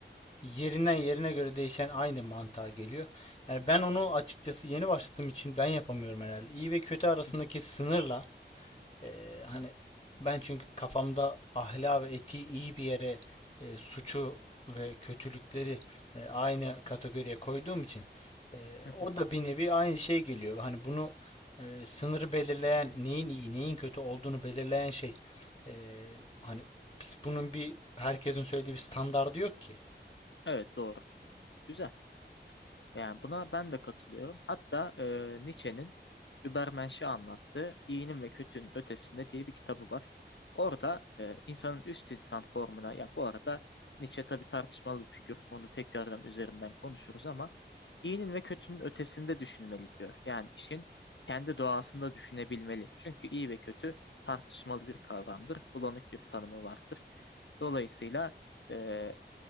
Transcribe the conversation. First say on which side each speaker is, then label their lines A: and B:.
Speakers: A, on the left (about 25°); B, on the left (about 80°).
A: yerinden yerine göre değişen aynı mantığa geliyor. Yani ben onu açıkçası yeni başladığım için ben yapamıyorum herhalde. İyi ve kötü arasındaki
B: Hı hı,
A: sınırla ee, hani ben çünkü kafamda ahlak ve etiği iyi bir yere e, suçu ve kötülükleri e, aynı kategoriye koyduğum için e,
B: hı
A: o
B: hı.
A: da bir nevi aynı şey geliyor. Hani bunu e, sınırı belirleyen neyin iyi neyin kötü olduğunu belirleyen şey e, hani biz bunun bir herkesin söylediği bir standardı yok ki.
B: Evet doğru. Güzel. Yani buna ben de katılıyorum. Hatta e, Nietzsche'nin Übermensch'i anlattığı İyinin ve Kötünün Ötesinde diye bir kitabı var. Orada e, insanın üst insan formuna ya bu arada Nietzsche tabii tartışmalı bir figür. Onu tekrardan üzerinden konuşuruz ama İyinin ve kötünün ötesinde düşünmeli diyor. Yani işin kendi doğasında düşünebilmeli. Çünkü iyi ve kötü tartışmalı bir kavramdır. Bulanık bir tanımı vardır. Dolayısıyla e,